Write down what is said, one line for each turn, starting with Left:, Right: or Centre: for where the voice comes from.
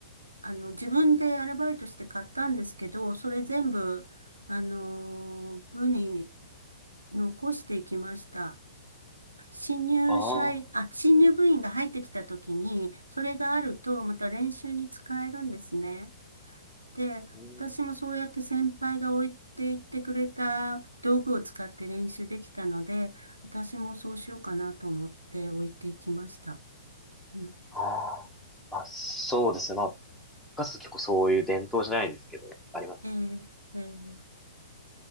Right: あの、自分でアルバイトして買ったんですけど、それ全部、あの、部に残していきました。新入社員、
Centre: ああ、
Right: あ、新入部員が入ってきたときに、それがあると、また練習に使えるんですね。で、
Centre: うん。
Right: 私もそうやって先輩が置いていってくれた道具を使って練習できたので、私もそうしようかなと思って置いていきました。うん、
Centre: ああ、まあそうですね。まあ、部活結構そういう伝統じゃないですけど、ありますよ。
Right: えーえー、